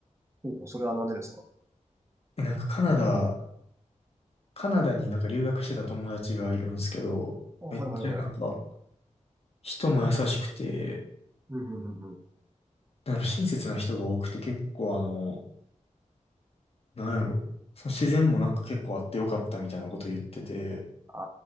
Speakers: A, on the right; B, on the left.
A: ほうほうそれは何でですか
B: え、なんかカナダ、カナダになんか留学してた友達がいるんですけど、
A: あ、はいはいはい。
B: めっちゃなんか、人も優しくて、
A: うんうんうんうん
B: なんか親切な人が多くて結構あの、なんやろ。その自然もなんか結構あってよかったみたいなこと言ってて。
A: あ